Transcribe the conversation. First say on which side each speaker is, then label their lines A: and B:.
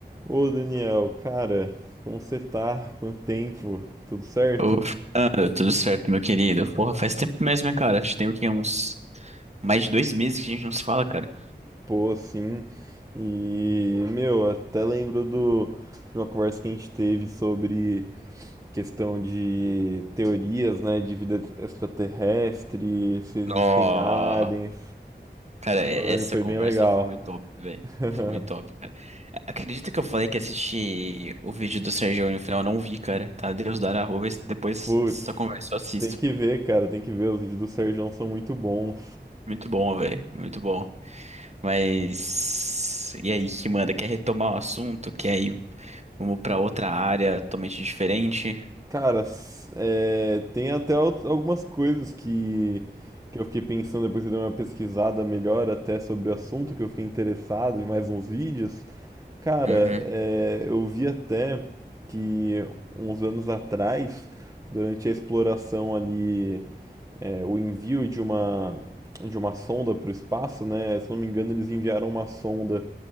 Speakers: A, on the right; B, on the right.
A: Ô Daniel, cara, como você tá? Quanto tempo? Tudo certo?
B: Ô, Fernando, tudo certo, meu querido? Porra, faz tempo mesmo, hein, cara? Acho que tem o quê? Uns mais de dois meses que a gente não se fala, cara.
A: Pô, sim. E, meu, até lembro do, de uma conversa que a gente teve sobre questão de teorias, né, de vida extraterrestre, se existem
B: Nó!
A: aliens.
B: Cara, é-
A: Foi,
B: essa
A: foi
B: conversa
A: bem legal.
B: foi muito top, velho.
A: <laughs>
B: Foi muito top, cara. Acredita que eu falei que assisti o vídeo do Sergio no final? Eu Não vi, cara. Tá, Deus dará. Vou ver se depois
A: Putz,
B: dessa conversa eu assisto.
A: tem que ver, cara, tem que ver. Os vídeos do Serjão são muito bons.
B: Muito bom, velho. Muito bom. Mas. E aí, que manda? Quer retomar o assunto? Quer ir? Vamos pra outra área totalmente diferente?
A: Cara, s- é, tem até out- algumas coisas que, que eu fiquei pensando depois que eu dei uma pesquisada melhor até sobre o assunto, que eu fiquei interessado, vi mais uns vídeos. Cara,
B: Uhum,
A: é, eu vi até que uns anos atrás, durante a exploração ali, é, o envio de uma, de uma sonda para o espaço, né? Se não me engano, eles enviaram uma sonda